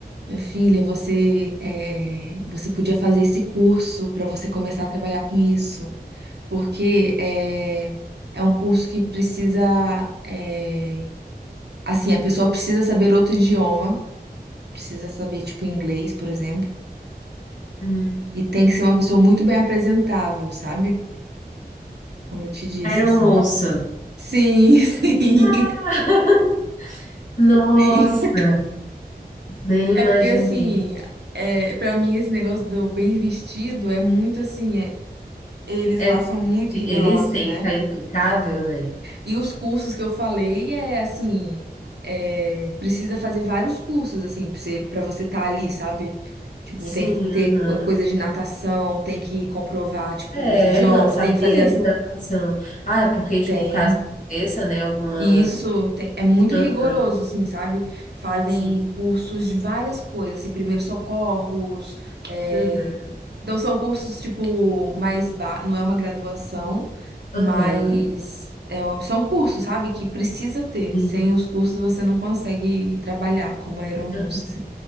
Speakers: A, on the right; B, on the left.
A: minha filha, você é, você podia fazer esse curso para você começar a trabalhar com isso, porque é, é um curso que precisa, é, assim, a pessoa precisa saber outro idioma, precisa saber tipo inglês, por exemplo,
B: Hum.
A: e tem que ser uma pessoa muito bem apresentável, sabe? Como eu te disse,
B: Aeromoça.
A: assim. Sim, <laughs> sim,
B: <laughs> Nossa,
A: sim.
B: nem imaginei.
A: É porque assim, é, para mim esse negócio do bem vestido é muito assim. é eles
B: É,
A: lá são muito
B: tem que-
A: rigorosos,
B: eles têm
A: né?
B: que estar impecável, né?
A: E os cursos que eu falei é assim, é, precisa fazer vários cursos assim para você para você estar ali, sabe? Tipo,
B: Sim,
A: tem que ter
B: aham.
A: co- coisa de natação, tem que comprovar tipo
B: É,
A: os idiomas,
B: eu não sabia
A: tem que fazer as
B: de natação. Ah, é porque, tipo,
A: tem
B: caso aconteça, né? Alguma.
A: E isso tem- é muito
B: Aham,
A: rigoroso, assim, sabe? Fazem
B: sim.
A: cursos de várias coisas, assim, primeiros socorros. é,
B: Uhum.
A: Então, são cursos, tipo, mais. Ba... Não é uma graduação, mas
B: Aham.
A: é um- são cursos, sabe? Que precisa ter.
B: Sim.
A: Sem os cursos, você não consegue trabalhar como aeromoça.
B: Aham.
A: assim.